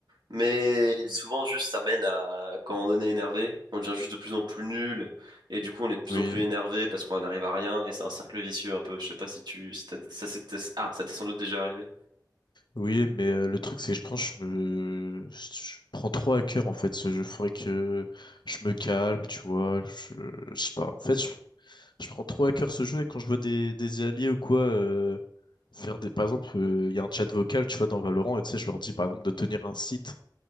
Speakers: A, on the right; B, on the left.
A: Mais
B: Mm.
A: souvent, juste, ça mène à, quand on est énervé, on devient juste de plus en plus nul, et du coup, on est de plus
B: Oui,
A: en plus énervé parce qu'on n'arrive à rien, et c'est un cercle vicieux un peu. Je sais pas si tu, si t'as- ça, c'est- t'es- ah, ça t'est sans doute déjà arrivé.
B: oui, mais euh, le truc c'est que je pense je me je prends trop à cœur en fait ce jeu. Faudrait que je me calme, tu vois. Je, je sais pas. En fait, Je prends trop à cœur ce jeu et quand je vois des, des alliés ou quoi euh, faire des. Par exemple, il y a un chat vocal, tu vois, dans Valorant, et tu sais, je leur dis par exemple de tenir un site.